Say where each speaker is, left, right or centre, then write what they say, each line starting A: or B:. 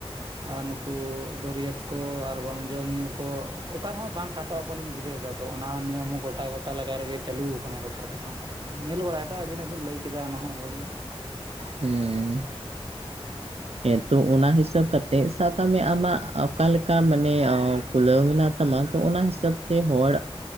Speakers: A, on the right; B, on the right.
A: ᱟᱨ ᱱᱩᱠᱩ ᱵᱟᱹᱨᱭᱟᱹᱛ ᱠᱚ ᱟᱨ ᱵᱟᱝ ᱡᱚᱢ ᱧᱩ ᱠᱚ ᱚᱠᱟ ᱨᱮᱦᱚᱸ ᱵᱟᱝ ᱠᱷᱟᱴᱚᱜ-ᱟ ᱯᱟᱞᱤᱧ ᱵᱩᱡᱷᱟᱹᱣ ᱮᱫᱟ ᱛᱚ ᱚᱱᱟ ᱱᱤᱭᱚᱢ ᱦᱚᱸ ᱜᱚᱴᱟ ᱜᱚᱴᱟ ᱞᱟᱜᱟ ᱨᱮᱜᱮ ᱪᱟᱹᱞᱩᱠ ᱟᱠᱟᱱᱟ ᱜᱚᱴᱟ ᱫᱤᱥᱚᱢ ᱠᱚᱨᱮ ᱠᱷᱚᱱ ᱧᱮᱞ ᱵᱟᱲᱟᱭᱮᱫᱟ ᱟᱵᱤᱱ ᱦᱚᱸᱵᱤᱱ ᱞᱟᱹᱭ ᱠᱮᱫᱟ ᱚᱱᱟ ᱦᱚᱸ ᱵᱷᱟᱹᱜᱤ
B: ᱦᱩᱸ ᱦᱮᱸ ᱛᱚ ᱚᱱᱟ ᱦᱤᱥᱟᱹᱵ ᱠᱟᱛᱮᱜ ᱥᱟᱵ ᱠᱟᱜ ᱢᱮ ᱟᱢᱟᱜ ᱚᱠᱟ ᱞᱮᱠᱟ ᱢᱟᱱᱮ ᱠᱷᱩᱞᱟᱹᱣ ᱢᱮᱱᱟᱜ ᱛᱟᱢᱟ ᱛᱚ ᱚᱱᱟ ᱦᱤᱥᱟᱹᱵ ᱛᱮ ᱦᱚᱲ